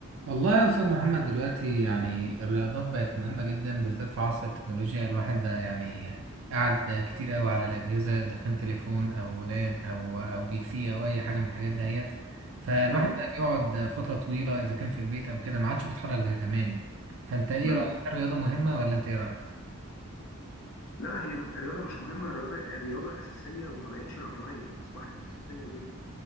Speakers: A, on the right; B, on the left.
A: والله يا أستاذ محمد دلوقتي يعني الرياضات بقت مهمة جدا بالذات في عصر التكنولوجيا الواحد بقى يعني قاعد كتير أوي على الأجهزة إذا كان تليفون أو لاب أو أو بي سي أو أي حاجة من الحاجات دهيت فالواحد
B: مم.
A: بقى بيقعد فترة طويلة إذا كان في البيت أو كده ما عادش بيتحرك زي زمان فأنت إيه
B: مم.
A: رأيك هل الرياضة مهمة ولا أنت إيه رأيك؟
B: لا هي م- الرياضة مش مهمة الرياضة الرياضة أساسية وما بقتش رفاهية يعني أصبحت أساسية جدا